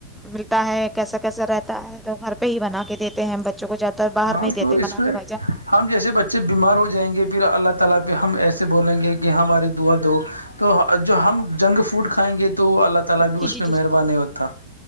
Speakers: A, in the centre; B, on the right.
A: ملتا ہے کیسا کیسا رہتا ہے تو گھر پہ ہی بنا کے دیتے ہیں بچوں کو زیادہ باہر
B: ہاں
A: نہیں
B: تو
A: دیتے
B: اس
A: بنا
B: میں
A: کے بھائی جان
B: ہم جیسے بچے بیمار ہو جائیں گے پھر اللہ تعالی پہ ہم ایسے بولیں گے کہ ہماری دعا دو تو جو ہم جنگ فوڈ کھائیں گے تو اللہ تعالی بھی
A: جی
B: اس
A: جی
B: پہ
A: جی
B: مہربان نہیں ہوتا